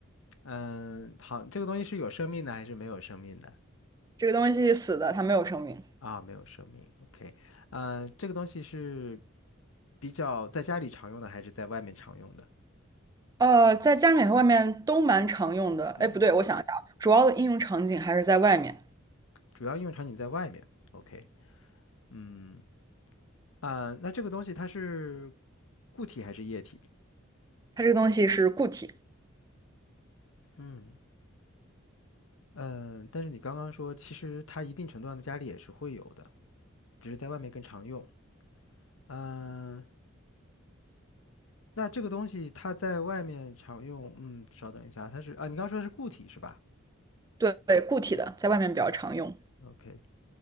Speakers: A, on the left; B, on the right.
A: 嗯，好，这个东西是有生命的还是没有生命的？
B: 这个东西死的，它没有生命。
A: 啊，没有生命。OK，嗯，这个东西是比较在家里常用的还是在外面常用的？
B: 呃，在家里面和外面都蛮常用的。
A: 嗯，
B: 哎，不对，我想一下啊主要的应用场景还是在外面。
A: 主要应用场景在外面。OK，嗯啊，那这个东西它是固体还是液体？
B: 它这个东西是固体，
A: 嗯嗯，呃但是你刚刚说，其实它一定程度上的家里也是会有的，只是在外面更常用。嗯，那这个东西它在外面常用，嗯，稍等一下，它是啊，你刚刚说的是固体是吧
B: 对，对固体的，在外面比较常用。
A: ？OK，